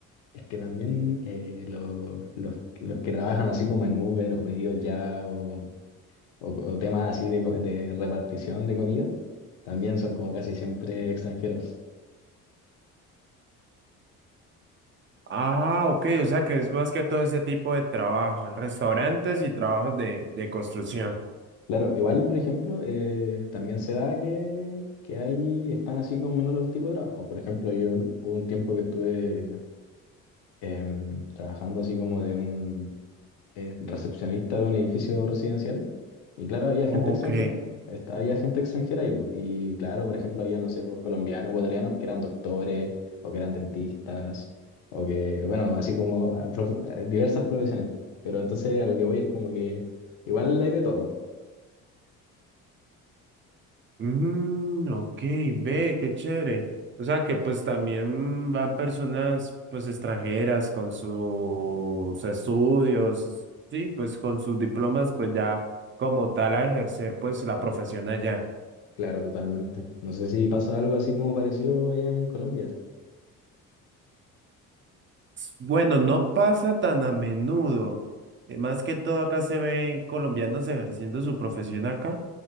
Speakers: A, on the left; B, on the right.
A: es que también eh, lo- los, los que trabajan así como en Uber o pedidos ya o, o- o temas así de, co- de repartición de comida, también son como casi siempre extranjeros.
B: Ah, ok, o sea que es más que todo ese tipo de trabajo, en restaurantes y trabajos de, de construcción.
A: Claro, igual, por ejemplo, eh, también se da que, que ahí están así como en otro tipo de trabajo. Por ejemplo, yo hubo un tiempo que estuve em, trabajando así como de un eh, recepcionista de un edificio residencial. Y claro, había gente
B: Ok.
A: extranjera, había gente extranjera ahí, po. Y claro, por ejemplo, había, no sé, pues, colombianos, ecuatorianos que eran doctores o que eran dentistas o que, bueno, así como ah, profe- ah, diversas profesiones. Pero entonces a lo que voy es como que igual hay de todo.
B: Mm, ok, ve, qué chévere. O sea que pues también van personas pues extranjeras con sus estudios, sí, pues con sus diplomas pues ya como tal a ejercer pues la profesión allá.
A: Claro, totalmente. No sé si pasa algo así como parecido allá en Colombia.
B: Bueno, no pasa tan a menudo. Eh, Más que todo acá se ven colombianos ejerciendo su profesión acá,